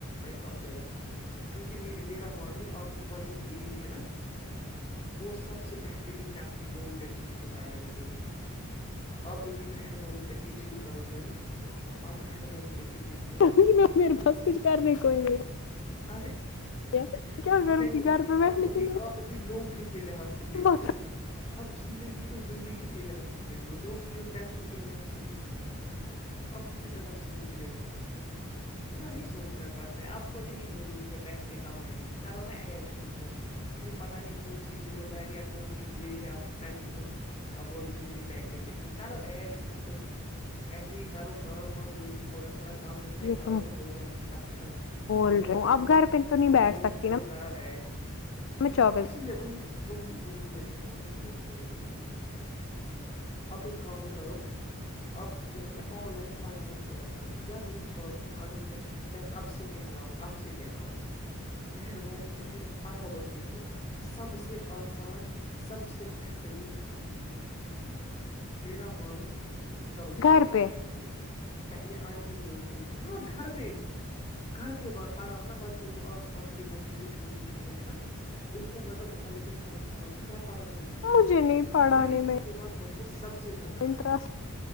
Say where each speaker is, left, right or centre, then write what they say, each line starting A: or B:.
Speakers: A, on the left (about 25°); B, on the left (about 55°).
A: فو آپ چلو کیونکہ مے میرا مانو آپ کے پاس جو بھی ایج ہے نا وہ سب سے بہتر ن ہے آپ کی بون ڈینسٹی کو بڑھانے کے لیے آپ ابھی مہربانی کر کر کے جم کرو جوائن آپ مہربانی کر کے جم جام
B: وں گی میں میرے بس کچھ کرنے کوئی نہیں
A: اری
B: ہے کیا
A: نہیں
B: کروں گی
A: نہیں
B: گھر
A: نہیں
B: پہ بیٹھنے
A: آپ ابھی
B: کے
A: آپ ابھی نوکری کے لحاظ سے
B: لیے
A: دیکھ رہے ہو آپ زندگی کو زندگی کے لحاظ سے دیکھو نوکری اور پیسوں کے لحاظ سے نہیں آپ کیوں اتنا سوچ رہے ہو اتنا نہیں سوچنا پڑتا آپ کو نہیں ضروری ہے پیسے کمانے کی کرو نا ایش خود کو اسے پتا نہیں کون سی ذمہ داری یا کون سی یہ ہے اپ کرنی تو آپ بول گے مجھے پیسے چاہیے کرو ایش خود کو ایسے ہی کرو کام وام جو بھی تھوڑا تھوڑا کام ملتا ہے
B: یہ
A: کرو
B: تم
A: تو ہو گیا مسئلہ ختم
B: بول
A: گھومو
B: رہے ہو
A: پھرو
B: اب گھر پہ تو نہیں
A: گھومو
B: بیٹھ سکتی
A: پھرو
B: نا
A: کرو ایش
B: میں چوبیس
A: اسی لیے وہی وہی وہی میں کہ رہا ہوں نا سنو سنو میری بات آپ ایک کام کرو آپ جو ہے نا آن لائن پڑھنا اسٹارٹ کر دو یا میری بات سنو اگر میر میں کب سے کہہ رہا ہوں کب سے کہہ رہا ہوں میں مہربانی کر کے پڑھاؤ بچوں کو سب سے آسان سب سے بہترین کام ہے وہ میرا مانو کرو شروع
B: گھر
A: پڑا
B: پہ
A: نا ب پہلے آئیں گے دو تین ہاں گھر پہ گھر پہ پڑھاؤ نا بچوں آس پاس کے بچے جو چھوٹے چھٹے ہیں نا ان کو مطلب محلے میں خبر پھیلاؤ کہ میں پڑھا ہوں بچوں
B: مجھے
A: کو
B: نہیں پڑھانے
A: لڑکیوں
B: میں
A: کے پاس بچے سب سے زیادہ آتے
B: انٹرسٹ
A: ہیں